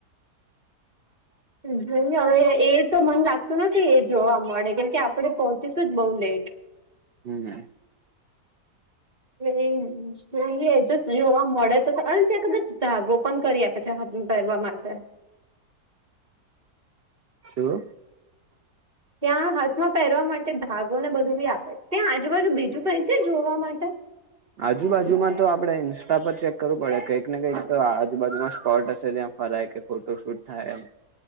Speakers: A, on the right; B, on the right.
A: જોઈએ હવે એ તો મન લાગતું નથી એ જોવા મળે કેમ કે આપડે પોહોંચીશું જ બહુ લેટ
B: હમ
A: એ જોઈએ જો જોવા મળે તો અને ત્યાં કદાચ ધાગો પણ કરી આપ અચ્છા હાથમા પેરવા માંગતા હોય
B: શું
A: ત્યાં હાથમાં પહેરવા માટે ધાગો ને બધું બી આપે છે ત્યાં આજુબાજુ બીજું કઈ છે જોવા માટે
B: આજુબાજુમાં તો આપણે ઇન્સ્ટા પર ચેક કરવું પડે કંઈક ને કંઈક તો આજુબજુમાં સ્પોટ હશે ત્યાં ફરાય કે ફોટો શૂટ થાય એમ